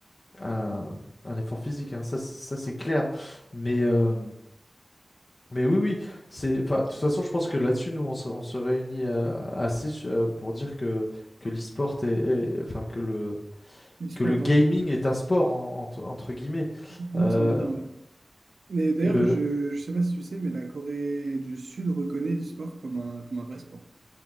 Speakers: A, on the left; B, on the right.
A: un- un effort physique, hein, ça, ça c'est clair. Mais, euh, mais oui, oui, c'est, enfin, de toute façon, je pense que là-dessus, nous, on se, on se réunit euh, assez su- euh, pour dire que, que l'e-sport est, est- enfin, que le,
B: Le sport
A: que le
B: est
A: gaming
B: un-
A: est un sport, en- entre, entre guillemets.
B: Pour
A: Euh,
B: moi, c'en est un, ouais. Mais d'ailleurs,
A: le...
B: je je sais pas si tu sais, mais la Corée du Sud reconnaît l'e-sport comme un comme un vrai sport.